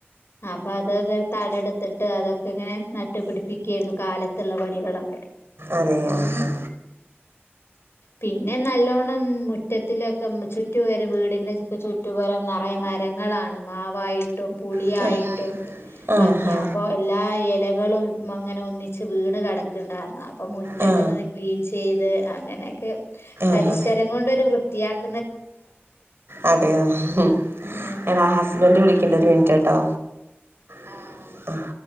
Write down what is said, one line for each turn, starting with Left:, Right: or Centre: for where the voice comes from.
Left: അപ്പൊ അത് തടെടുത്തിട്ട് അതൊക്കെ ഇങ്ങനെ നട്ടുപിടിപ്പിക്കായിരുന്നു കാലത്തുള്ള പണികളൊക്കെ
Right: അതെ ആഹാ
Left: പിന്നെ നല്ലോണ്ണം മുറ്റത്തിലൊക്ക് <unintelligible> ചുറ്റുപരെ വീടിന്റെ ചുറ്റുപരം നറയെ മരങ്ങളാണ് മാവായിട്ടും പുളിയായിട്ടും
Right: ആ. ആഹാ
Left: ആക്കയാ അപ്പൊ എല്ലാ എലകളും അങ്ങനെ ഒന്നിച്ച് വീണ് കെടക്ക് ക്കെ ഇണ്ടാർന്നാ അപ്പ് അപ്പൊ മുറ്റൊക്കെ
Right: ആ
Left: ഒന്ന് ക്ലീൻ ചെയ്ത് അങ്ങനെയൊക്കെ പരിസരം
Right: ആഹാ
Left: കൊണ്ടൊരു വൃത്തിയാക്ക്
Right: അതെയോ ഉം
Left: ഉം
Right: എടാ ഹസ്ബൻഡ് വിളി ക്ക്ണ്ട് ഒരു മിനിറ്റ് ട്ടോ ആഹ് ആഹ്